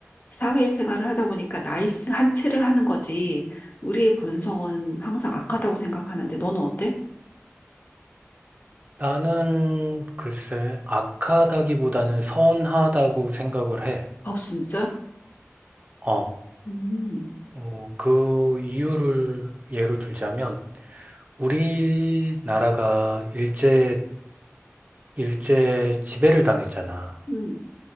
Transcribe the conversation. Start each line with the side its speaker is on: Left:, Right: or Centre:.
Left: 사회생활을 하다 보니까 나이스한 채를 하는 거지. 우리의 본성은 항상 악하다고 생각하는데 너는 어때?
Right: 나는 글쎄 악하다기보다는 선하다고 생각을 해.
Left: 아, 진짜?
Right: 어,
Left: 음,
Right: 어, 그 이유를 예로 들자면 우리나라가 일제 일제 지배를 당했잖아.
Left: 음,